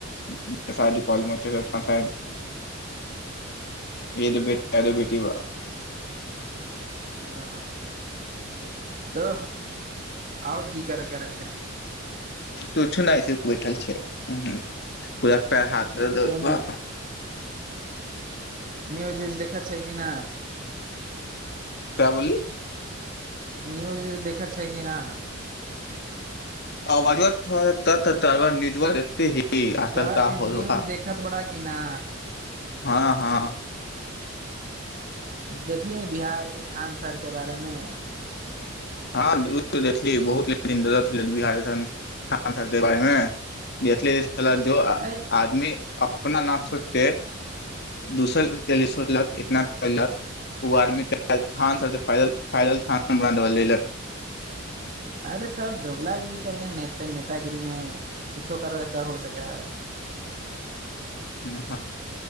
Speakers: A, on the left; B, on the right.
A: जे शादी पॉलीमोच्छेसँ नुकसान छय एद बे अरे बेटीबा
B: ह तऽ आओर की करय करै छै
A: तुछ नहि सिर्फ बैठल छिअइ पूरा पैर हाथ ए त
B: तऽ न्यूज उज देखछियै छै कि न
A: क्या बोली
B: न्यूज इयुज देखैय छै कि ना
A: आवाजबा थोड़ा सा कट कट के आब छ न्यूजबा देखते ही आतलता
B: कहते न्यूज
A: होलबा
B: देखत तऽ बड़ा इना
A: हँ हँ
B: देखली बिहार के खान सरके बारे मे
A: हँ देखी बहुत बिहार देखी खान सर के बारेमे साला जो
B: अ
A: आदमी अपना अपना न सोचते दोसर के लि सोचलक इतना कैलक ओ आदमी के थान
B: ह
A: सभ जे पैदल पैदल स्थान ल लेलक
B: अरे सब दोगलागिरी करे नेता नेतागिरी में कुछो कर क हो सकैय हय
A: हँ